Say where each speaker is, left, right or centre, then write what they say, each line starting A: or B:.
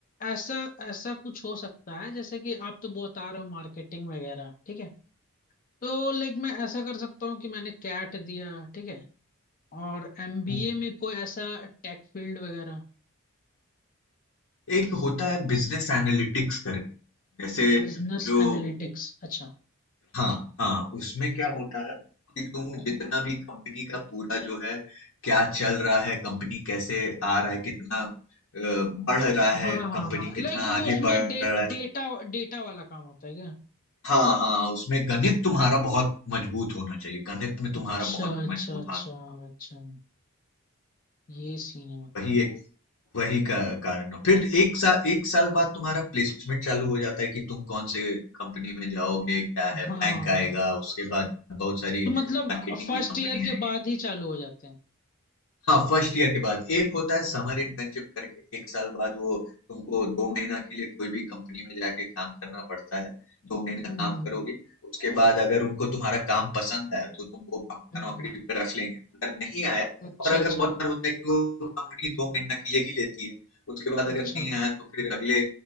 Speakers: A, on the left (about 40°); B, on the left (about 70°).
A: ऐसा ऐसा कुछ हो सकता है जैसे कि आप तो बता रहे हो मार्केटिंग वगैरह ठीक है तो लाइक मैं ऐसा कर सकता हूँ कि मैंने कैट दिया ठीक है और एमबीए
B: है। हम्म,
A: में कोई ऐसा टेक फील्ड वगैरह
B: एक होता है बिजनेस एनालिटिक्स करके जैसे
A: बिजनेस
B: जो
A: एनालिटिक्स अच्छा
B: हाँ हाँ उसमें क्या होता है कि तुम
A: हम्म
B: जितना भी कंपनी का पूरा जो है क्या चल रहा है कंपनी कैसे आ रहा है कितना अ, बढ़ रहा
A: हाँ
B: है
A: हाँ
B: कंपनी
A: हाँ लाइक
B: कितना
A: वो
B: आगे
A: उसमें
B: बढ़
A: डे,
B: रहा है
A: डेटा डेटा वाला काम होता है क्या
B: हाँ, हाँ, उसमें गणित तुम्हारा बहुत मजबूत होना चाहिए। गणित में तुम्हारा
A: अच्छा
B: बहुत
A: अच्छा
B: मजबूत
A: अच्छा
B: हाँ,
A: अच्छा ये सीन है मतलब
B: वही एक वही का कारण है। फिर 1 सा 1 साल बाद तुम्हारा प्लेसमेंट चालू हो जाता है कि तुम कौन से कंपनी में जाओगे, क्या
A: हाँ
B: है
A: हाँ
B: बैंक
A: हाँ
B: आएगा, उसके बाद बहुत सारी
A: तो मतलब
B: मार्केटिंग
A: फर्स्ट
B: की कंपनी
A: ईयर के
B: आएगी।
A: बाद ही चालू हो जाते हैं
B: हाँ फर्स्ट ईयर के बाद एक होता है समर इंटर्नशिप करके एक साल बाद वो तुमको दो महीना के लिए कोई भी कंपनी में जाके काम करना पड़ता है दो महीना
A: हम्म
B: काम करोगे उसके बाद अगर उनको तुम्हारा काम पसंद आया तो तुमको पक्का
A: हम्म
B: नौकरी
A: हम्म
B: पर रख लेंगे अगर नहीं आया
A: अच्छा
B: और अगर
A: अच्छा
B: बहुत बार होता है कि वो कंपनी दो महीना के लिए ही लेती है उसके बाद अगर
A: अच्छा
B: नहीं आया तो फिर अगले